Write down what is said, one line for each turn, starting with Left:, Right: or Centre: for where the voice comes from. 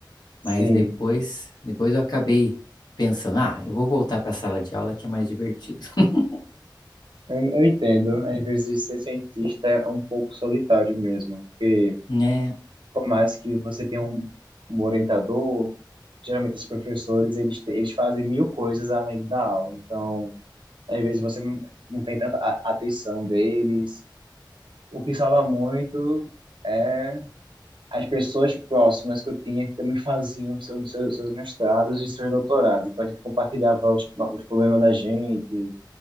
Right: Sim.
Left: mas depois, depois eu acabei pensando, ah, eu vou voltar para a sala de aula que é mais divertido. <laughs>
Right: Eu, eu entendo. Às vezes ser cientista é um pouco solitário mesmo, porque
Left: É,
Right: por mais que você tenha um, um orientador, geralmente os professores, eles, te- eles fazem mil coisas além da aula. Então, às vezes você não, não tem tanta a- atenção deles. O que salva muito é as pessoas próximas que eu tinha que também faziam seus, seus, seus mestrados e seus doutorados. Então, a gente compartilhava os, os problemas da gente,